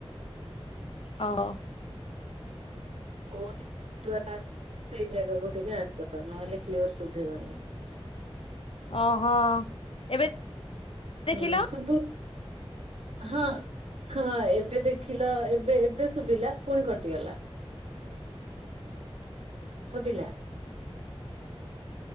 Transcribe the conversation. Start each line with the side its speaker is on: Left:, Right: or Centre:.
Left: ଓହ।
Right: କୋ <inaudible> <unintelligible> ସେଇ ଜାଗାକୁ ଟିକେ ଆସ ନହେଲେ କ୍ଲିୟର ଶୁଭିବନି।
Left: ଓହୋ ଏବେ ଦେଖିଲ
Right: ହୁଁ ସୁୁଭୁ ହଁ ହଁ ଏବେ ଦେଖିଲ ଏବେ ଏବେ ଶୁଭିଲା ପୁଣି କଟିଗଲା। ହବିଲା